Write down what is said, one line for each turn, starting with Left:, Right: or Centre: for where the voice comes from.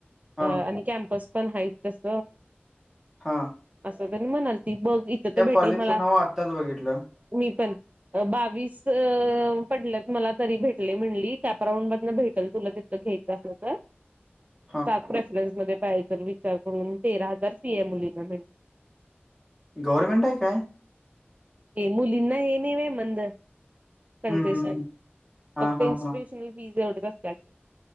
Centre: हा
Right: अ आणि कॅम्पस पण आहेत तस.
Centre: हां.
Right: असं तनी म्हणाल ती बघ इथं तर भेटेल
Centre: कॉलेजचं
Right: मला
Centre: नाव आत्ताच बघितलं
Right: मी पण बावीस पडलत मला तरी भेटले म्हणली कॅपराऊंड मधन भेटेल तुला? घ्यायं असल तर
Centre: <unintelligible>
Right: सात प्रेफरन्स म पाहिजे विचार करून तेरा हजार सी ए मुलीं म्हण.
Centre: गव्हर्नमेंट आहे काय?
Right: ए मुलींना ये न मंद कनसेशन
Centre: हम्म हम्म हम्म. हा
Right: फक्त
Centre: हा
Right: इस्टिट्यश
Centre: हा
Right: पिझज एव कसती